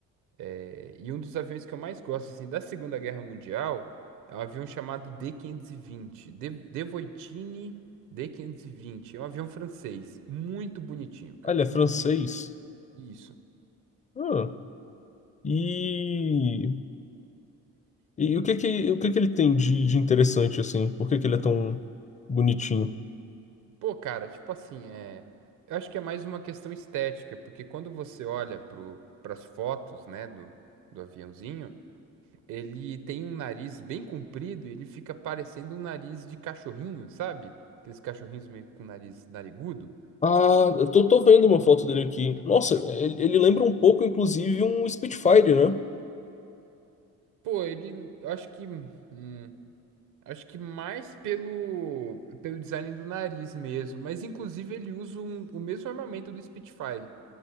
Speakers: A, on the right; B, on the left.
A: É, e um dos aviões que eu mais gosto, assim, da Segunda Guerra Mundial é um avião chamado D-520. De, Devoitine D-520. É um avião francês. Muito bonitinho, cara.
B: Ah, ele é
A: Muito
B: francês?
A: bonitinho. Isso.
B: Ah, e... E o que que, o que que ele tem de, de interessante, assim? Por que que ele é tão bonitinho?
A: Pô, cara, tipo assim, é... Eu acho que é mais uma questão estética, porque quando você olha pro, pras fotos, né, do, do aviãozinho, ele tem um nariz bem comprido e ele fica parecendo um nariz de cachorrinho, sabe? Aqueles cachorrinhos meio com nariz narigudo.
B: Ah, eu tô, tô vendo uma foto dele aqui. Nossa, ele, ele lembra um pouco, inclusive, um Spitfire, né?
A: Pô, ele, eu acho que, hum, acho que mais pelo, pelo design do nariz mesmo, mas inclusive ele usa um- o mesmo armamento do Spitfire.